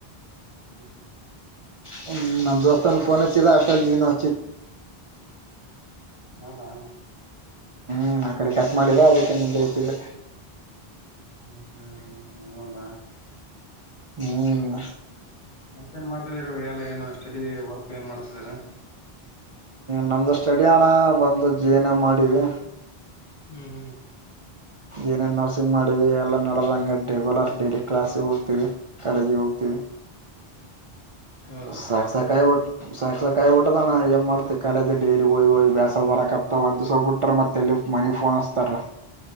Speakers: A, on the left; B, on the right.
A: ಹ್ಮ
B: ಹ್ಮ್ ನಮ್ಮ ದಸ್ತಾನಫೋನ್ ಆಷ್ಟ ಲನು
A: ಹ್ಮ ಹಾ
B: ಹ್ಮ ಆ ಕಡೆ ಕಟ್ ಮಾಡರಾ ಅದಕ್ಕೆ ನಿತಿದೆ
A: ಹ್ಮ್ ಹ್ಮ್ ಹ್ಮ ಹದಾ
B: ಹ್ಮ್
A: ಮತ್ತ ನ್ ಮಾಡ್ತಿದಿದ್ದಾರೆ ಎಲ್ಲ ಏನು ಸ್ಟಡಿ ವರ್ಕ್ ಏನ್ ಮಾಡ್ತಿದಾರ
B: ನಮ್ದು ಸ್ಟಡಿ ಅಣ್ಣ ಬಂದು ಜಿ ನ ಮಾಡೀಿವಿ
A: ಹ್ಮ್ ಹ್ಮ್
B: ಏನೇನ್ ನರ್ಸಿಂಗ್ ಮಾಡಿವವಿ ಎಲ್ಲಾ ನಡದಂಗ ಡೆಗ್ಯುಲರ್ ಡೈಲಿ ಕ್ಲಾಸಿಗೆ ಹೋಗ್ತಿೀವಿ ಕಾಲೇಜಿಗೆ ಹೋಗ್ತೀವಿ
A: <inaudible> ಹೌದಾ
B: ಸಾಕ್ಸ ಕಾಯ ವಟ ಸಾಕ್ಷಸ ಕಾಯಿಬ ಬಿಟ್ಟದಣ ಏ ಮಾಡ್ತೆ ಕಾಲಜ ಡೈಲಿ ಓಯ್ ಹಯ್್ಯಾಸ ಬರ ಕಪ್ತಾ ಒಂದ್ವಸ ಬಿಟ್ರ ಮತ್ತೆ ಎ ಮನಿಗ್ ಫೋನ್ <unintelligible>